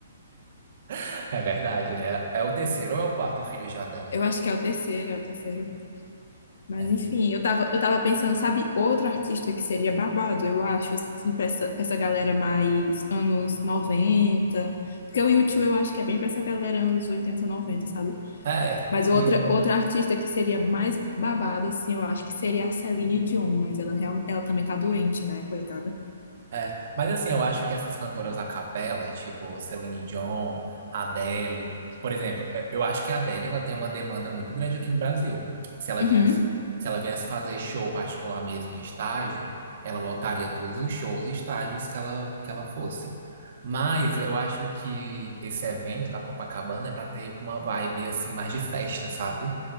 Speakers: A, on the right; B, on the left.
A: <laughs> É verdade, né? É o terceiro ou é o quarto filho já dela?
B: Eu acho que é o terceiro, é o terceiro. Mas
A: É.
B: enfim, eu tava, eu tava pensando, sabe, outro artista que seria babado, eu acho, assim, pra essa, pra essa galera mais anos noventa Porque o YouTube eu acho que é bem pra essa galera anos 80 noventa sabe?
A: É.
B: Mas outra,
A: E
B: outra artista que seria mais babado, assim, eu acho que seria a Celine Dion, mas ela, real- ela também tá doente, né, coitada.
A: É, mas assim, eu acho que essas cantoras a capela, tipo Celine Dion, Adele, por exemplo, eu eu acho que a Adele ela tem uma demanda muito grande aqui no Brasil. Se ela
B: Uhum,
A: viesse, se ela viesse fazer show particular mesmo em estágio, ela lotaria todos os shows e estágios que ela, que ela fosse. Mas eu acho que esse evento da Copacabana é para ter uma vibe assim mais de festa, sabe?